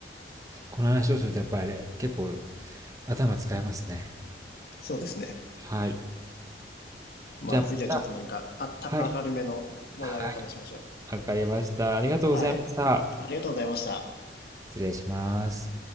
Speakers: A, on the right (about 20°); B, on the left (about 60°).
A: この話をするとやっぱりあれ結構頭使えますね。
B: そうですね。
A: はい。
B: まあ次はちょっとなんかあった、
A: じゃあまた。はい。
B: 明るめの話題を話しましょう。
A: はい。わかりました。ありがとうございました。
B: はい。ありがとうございました。
A: 失礼します。